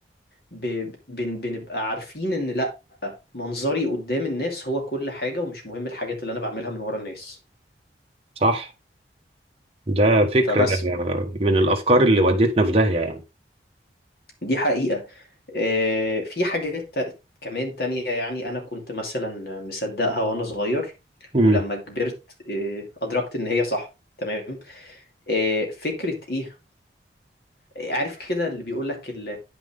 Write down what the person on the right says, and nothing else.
صح ده فكره
من الافكار اللي ودتنا في داهيه يعني
مم.